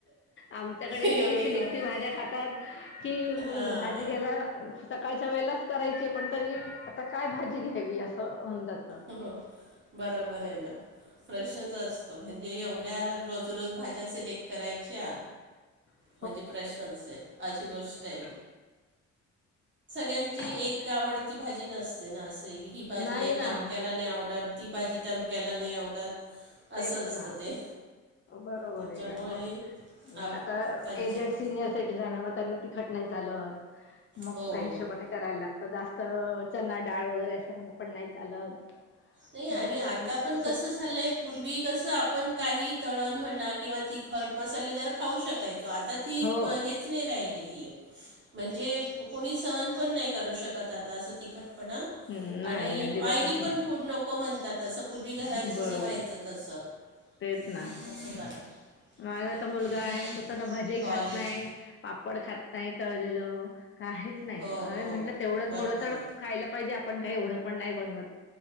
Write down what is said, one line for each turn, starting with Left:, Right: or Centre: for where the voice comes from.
Left: आमच्याकडे इतकी
Right: एवढी
Left: सिलेक्टिव
Right: गंमत
Left: भाज्या खातात की
Right: हां.
Left: भाजी घ्यायला सकाळच्या वेळेलाच करायची पण तरी आता काय भाजी घ्यावी असं होऊन जातं.
Right: हो, बरोबर आहे ना! प्रश्नच असतो म्हणजे एवढ्या रोज रोज भाज्या सिलेक्ट करायच्या
Left: ह <unintelligible>
Right: म्हणजे प्रश्नच हाय अशी गोष्ट हाय.
Left: ना
Right: सगळ्यांची
Left: काय
Right: एक आवडती भाजी नसते ना असे ही भाजी
Left: नाही
Right: आहे.
Left: ना
Right: आणि आवडत ती भाजी तमक्याला नाही आवडत
Left: तेच
Right: असं असतं
Left: ना
Right: ते.
Left: बरोबर
Right: त्याच्यामुळे
Left: आहे आणि मग
Right: आप
Left: आता
Right: पंचायत
Left: एजड सिनियर एक एक जुन्या म्हाताऱ्यांना तिखट नाही चालत.
Right: हो
Left: करायला लागत जास्त चना डाळ वगैरे असं म्हण पण नाही चालत.
Right: नाही आणि
Left: हो
Right: आता
Left: मग
Right: पण
Left: खूप
Right: कसं झालंय पूर्वी कसं आपण काही तळण म्हणा किंवा तिखट मसालेदार खाऊ शकत. आता ती
Left: हो
Right: प हीच नाही राहिली ही. म्हणजे कोणी सहन पण नाही करू शकत आता अस तिखटपणा
Left: हम्म नाही
Right: आणि
Left: अजिबातच
Right: ऑइली पण
Left: नाही
Right: फूड नको म्हणतात स पूर्वी घरात जसं
Left: बरोबर
Right: व्हायच तस असं
Left: तेच ना
Right: झालं.
Left: माझा
Right: एक
Left: तर मुलगा
Right: मिनिट
Left: हाय तो तर भाज्या ही
Right: कॉलेज
Left: खात नाही. पापड खात नाही तळलेलं काहीच नाही
Right: हो हो
Left: अरे म्हटलं तेवढं
Right: बरोबर
Left: थोडं तर
Right: आहे
Left: खायला पाहिजे आपण काही एवढं पण नाही बनवत.